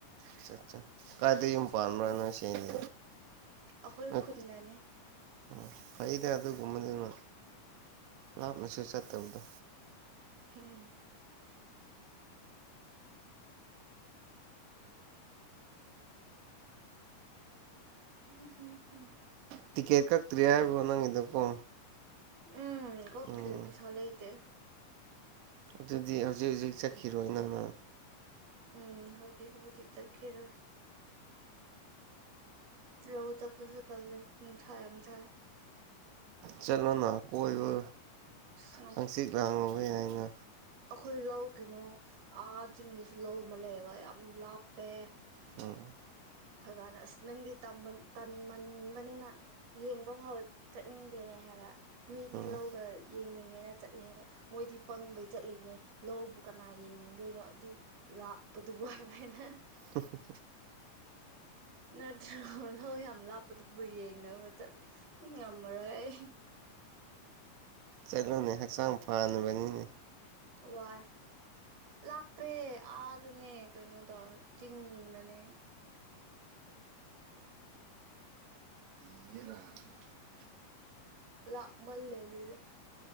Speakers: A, on the right; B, on the right.
A: ꯑꯆꯠ ꯆꯥ ꯀꯥꯏꯗ ꯌꯨꯝ ꯄꯥꯟꯕ꯭ꯔꯥ ꯅꯣꯏ ꯆꯦꯗꯤ
B: ꯑꯩꯈꯣꯏ
A: ꯅꯣꯏ
B: ꯈꯨꯟꯗꯅꯦ
A: ꯎꯝ ꯐꯩꯗ ꯑꯗꯨꯒꯨꯝꯕꯗꯨꯅ ꯂꯥꯞꯅꯁꯨ ꯆꯠꯇꯕꯗꯣ
B: ꯍꯨꯝ ꯎꯝ ꯎꯝ
A: ꯇꯤꯛꯀꯦꯠ ꯀꯛꯇ꯭ꯔꯤ ꯍꯥꯏꯕꯣ ꯅꯪꯒꯤꯗꯣꯀꯣ
B: ꯎꯝ ꯀꯣꯛꯇ꯭ꯔꯤ
A: ꯎꯝ
B: ꯄꯩꯁꯥ ꯂꯩꯇꯦ
A: ꯑꯗꯨꯗꯤ ꯍꯧꯖꯤꯛ ꯍꯧꯖꯤꯛ ꯆꯠꯈꯤꯔꯣ ꯅꯪꯅ
B: ꯎꯝ ꯍꯧꯖꯤꯛ ꯍꯧꯖꯤꯛ ꯆꯠꯈꯤꯔꯣꯏ ꯂꯧ ꯆꯠꯄꯖꯨ ꯇꯜꯂꯦ ꯅꯨꯡꯁꯥ ꯌꯥꯝ ꯁꯥꯏ
A: ꯆꯠꯂꯣꯅ ꯀꯣꯏꯕ
B: ꯑꯁ
A: ꯍꯪꯆꯤꯛ ꯂꯥꯡꯉꯣꯕ ꯌꯥꯏꯅ
B: ꯑꯈꯣꯏ ꯂꯧ ꯀꯩꯅꯣ ꯑꯥ ꯆꯤꯡꯗꯁꯨ ꯂꯧ ꯑꯃ ꯂꯩꯌꯦꯕ ꯌꯥꯝ ꯂꯥꯞꯄꯦ
A: ꯇꯕ꯭ꯔꯥ
B: ꯑꯈꯣꯏꯕꯥꯅ ꯑꯁ ꯅꯪꯗꯤ ꯇꯝꯃꯟ ꯇꯟꯃꯟꯕꯅꯤꯅ ꯌꯦꯡꯕ ꯐꯥꯎ ꯆꯠꯅꯤꯡꯗꯦꯅꯦ ꯍꯥꯏꯕ ꯃꯤꯗꯤ
A: ꯎꯝ
B: ꯂꯧꯒ ꯌꯦꯡꯅꯤꯡꯉꯦꯅ ꯆꯠꯂꯦ ꯍꯥꯏꯕ ꯃꯣꯏꯗꯤ ꯄꯪꯕꯩ ꯆꯠꯂꯤꯅꯦ ꯂꯧꯕꯨ ꯀꯅꯥ ꯌꯦꯡꯅꯤꯡꯗꯣꯏꯅꯣ ꯑꯗꯨ ꯂꯥꯞꯄꯗꯨꯕꯨ ꯍꯥꯏꯕ ꯑꯩꯅ
A: ꯍꯨꯝ ꯍꯨꯝ
B: ꯅꯠꯇ꯭ꯔꯣ ꯂꯧ ꯌꯥꯝ ꯂꯥꯞꯄꯗꯨꯕꯨ ꯌꯦꯡꯅꯕ ꯆꯠ ꯎꯝ ꯉꯝꯃꯔꯣꯏ ꯑꯩ
A: ꯆꯂꯣꯅꯦ ꯍꯛꯆꯥꯡ ꯐꯥꯅꯕꯅꯤꯅꯦ
B: ꯋꯥꯏ ꯂꯥꯞꯄꯦ ꯑꯥꯗꯅꯦ ꯀꯩꯅꯣꯗ ꯆꯤꯡꯗꯅꯦ
A: <inaudible>
B: ꯂꯥꯞꯃꯜꯂꯦꯗꯅꯦ